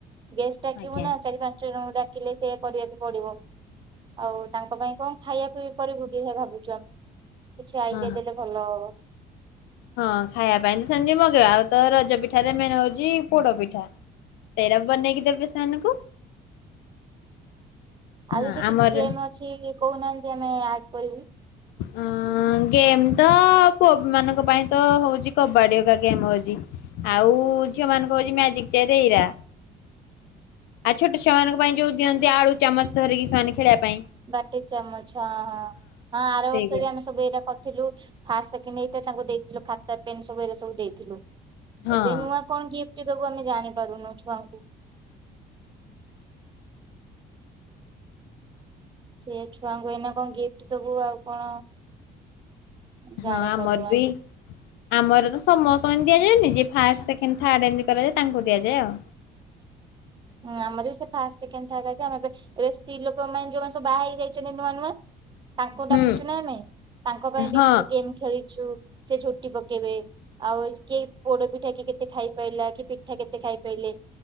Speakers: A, on the right; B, on the left.
A: ଗେଷ୍ ଡାକିବୁ
B: ହଁ।
A: ନା ଚାରି ପାଞ୍ଚ ଜଣଙ୍କୁ ଡାକିଲେ ସେୟା କରିବାକୁ ପଡିବ ଆଉ ତାଙ୍କ ପାଇଁ କଣ ଖାଇବା ପାଇଁ କରିବୁ କି ସେୟା ଭାବୁଛୁ ଆମେ କିଛି ଆଇଡିଆ
B: ହଁ
A: ଦେଲେ ଭଲ ହବ
B: ହଁ ଖାଇବା ପାଇଁ ତ ସେମିତି ମଗେଇବା ଆଉ ତ ରଜ ପିଠାରେ ମେନ୍ ହଉଛି ପୋଡ ପିଠା ତେରା ବନେଇକି ଦେବେ ସେମାନଙ୍କୁ ହଁ
A: ଆଉ ଯଦି
B: ଆମର
A: କିଛି ଗେମ୍ ଅଛି କହୁନାହାନ୍ତି ଆମେ ଆଡ କରିବୁ <inaudible>
B: ଅଁ ଗେମ୍ ତ ପୁଅମାନଙ୍କ ପାଇଁ ତ ହଉଛି କବାଡି ହରିକା ଗେମ୍ ହଉଛି ଆଉ ଝିଅମାନଙ୍କୁ ହଉଛି ମ୍ୟାଜିକ ଚ଼େୟାର ଏଇରା ଆଉ ଛୋଟ ଛୁଆଙ୍କ ପାଇଁ ଯୋଉ ଦିଅନ୍ତି ଆଳୁ ଚାମଚ ଧରିକି ସେମାନେ ଖେଳିବା ପାଇଁ
A: ବାଟି ଚାମଚ ହଁ ହଁ ହଁ ଆର
B: ସେଇଗୁଡା
A: ବର୍ଷ ବି ଆମେ ସବୁ ଏରା କରିଥିଲୁ ଫାଷ୍ଟ ସେକଣ୍ଡ ହେଇଥି ତାଙ୍କୁ ଦେଇଥିଲୁ ଖାତା ପେନ୍ ସବୁ ଏରା ସବୁ ଦେଇଥିଲୁ।
B: ହଁ
A: ଏବେ ନୂଆ କଣ ଗିଫ୍ଟ ଦବୁ ଆମେ ଜାଣିପାରୁନୁ ଛୁଆଙ୍କୁ ସେ ଛୁଆଙ୍କୁ ଏଇନା କଣ ଗିଫ୍ଟ ଦବୁ ଆଉ କଣ ଜାଣିପାରୁନୁ
B: ହଁ ଆମର
A: ଆମେ।
B: ବି ଆମର ତ ସମସ୍ତଙ୍କୁ ଏନ୍ତି ଦିଆଯାଏନି ଯିଏ ଫାଷ୍ଟ ସେକେଣ୍ଡ ଥାଡ଼େ ଏମିତି କରାଯାଏ ତାଙ୍କୁ ଦିଆଯାଏ ଆଉ
A: ହଁ ଆମର ବି ସେଇ ଫାଷ୍ଟ ସେକଣ୍ଡେ ଥାଡ଼େ ହେଇଚି ଆମେ ଏବେ ଏବେସ୍ତ୍ରୀ ଲୋକମାନେ ଯୋଉଁ ମାନେସବୁ ବାହା ହେଇଯାଇଛନ୍ତି ନୂଆ ନୂଆ ତାଙ୍କୁ
B: ହୁଁ
A: ଡାକିଛୁ ନା ଆମେ ତାଙ୍କ ପାଇଁ
B: ହଁ
A: ବି କିଛି ଗେମ୍ ଖେଳିଛୁ ସେ ଝୋଟି ପକେଇବେ ଆଉ କିଏ ପୋଡ ପିଠା କିଏ କେତେ ଖାଇ ପାରଲା କିଏ ପିଠା କେତେ ଖାଇପାଇଲେ